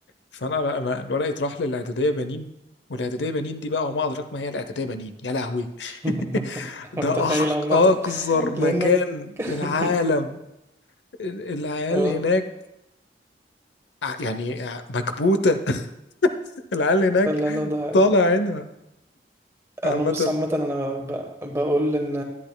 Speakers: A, on the left (about 85°); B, on the right (about 15°).
A: فانا لا، انا الورق اتراح للاعدادية بنين والاعدادية بنين دي بقى وما ادراك ما هي الاعدادية بنين يا لهوي
B: انا
A: <laughs> ده
B: متخيل
A: أح-
B: عامة
A: اقذر مكان
B: لانك <laughs>
A: في العالم ال- العيال
B: اه
A: هناك ع- يعني ع- مكبوتة <laughs> العيال هناك
B: لا لا ده
A: طالع عينها عامة
B: انا بص عامة انا ب... بقول ان